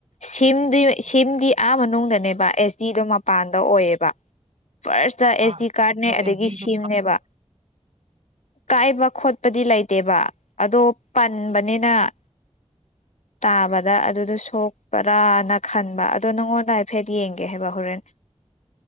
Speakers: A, on the left; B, on the right.
A: ꯁꯤꯝꯗꯤ ꯁꯤꯝꯗꯤ ꯑꯥ ꯃꯅꯨꯡꯗꯅꯦꯕ ꯑꯦꯁ ꯗꯤꯗꯣ ꯃꯄꯥꯟꯗ ꯑꯣꯏꯌꯦꯕ ꯐꯥꯔꯁꯇ ꯑꯦꯁ
B: ꯑꯗꯣ
A: ꯗꯤ ꯀꯥꯔꯠꯅꯦ ꯑꯗꯒꯤ
B: ꯑꯦꯁ ꯗꯤꯗꯣ
A: ꯁꯤꯝꯅꯦꯕ ꯀꯥꯏꯕ ꯈꯣꯠꯄꯗꯤ ꯂꯩꯇꯦꯕ ꯑꯗꯣ ꯄꯟꯕꯅꯤꯅ <inaudible> ꯇꯥꯕꯗ ꯑꯗꯨꯗ ꯁꯣꯛꯄ꯭ꯔꯅ ꯈꯟꯕ ꯑꯗꯣ ꯅꯉꯣꯟꯗ ꯍꯥꯏꯐꯦꯠ ꯌꯦꯡꯒꯦ ꯍꯥꯏꯕ ꯍꯣꯔꯦꯟ <inaudible>